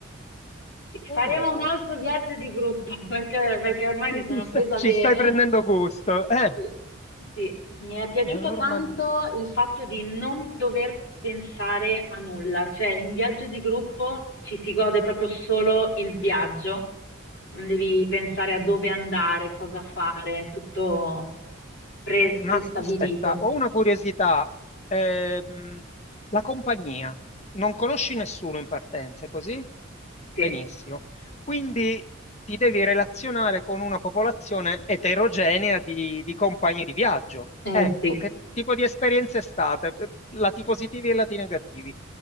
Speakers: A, on the left; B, on the left.
A: Oh,
B: Faremo un altro viaggio di gruppo <laughs> perché, perché ormai
A: <laughs>
B: mi sono
A: ci sta-
B: presa
A: ci
B: bene.
A: stai prendendo gusto. Eh,
B: Sì. Sì, mi è piaciuto
A: la Normandia.
B: tanto il fatto di non dover pensare a nulla, cioè in viaggio di gruppo ci si gode proprio solo il viaggio, non devi pensare a dove andare, cosa fare, tutto pre-
A: Sì, Ma
B: prestabilito.
A: aspetta, ho una curiosità. Ehm, la compagnia, non conosci nessuno in partenza, è così?
B: Sì,
A: Benissimo. Quindi ti devi relazionare con una popolazione eterogenea di, di compagni di viaggio.
B: eh,
A: Ecco,
B: sì.
A: che tipo di esperienze è stata? Lati positivi e lati negativi.